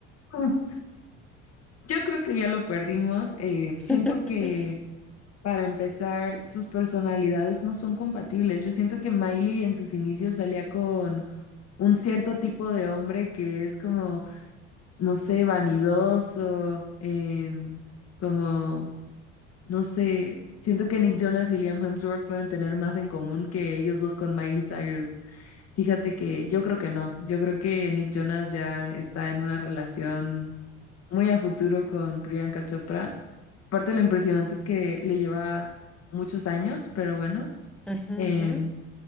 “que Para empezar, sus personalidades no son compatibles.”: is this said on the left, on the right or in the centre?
Left